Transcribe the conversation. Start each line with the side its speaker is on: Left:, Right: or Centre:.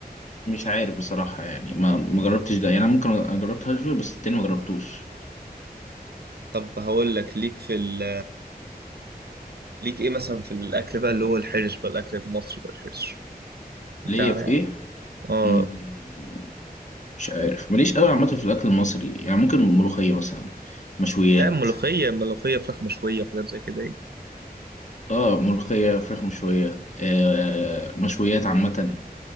Left: مش عارف بصراحه يعني ما ما جربتش ده يعني انا ممكن أ- جربت هاجر بس التاني ما جربتوش
Right: طب هقول لك ليك في ال... ليك ايه مثلا في الاكل بقى اللي هو الحرش بقى الاكل المصري بقى الحرش بتاعنا
Left: ليا في ايه
Right: اه
Left: مم، مش عارف ماليش قوي عامه في الاكل المصري يعني ممكن ملوخيه مثلا مشويات
Right: لا ملوخية ملوخية فراخ مشوية وحاجات زي كده ايه
Left: اه ملوخيه فراخ مشويه آه مشويات عامه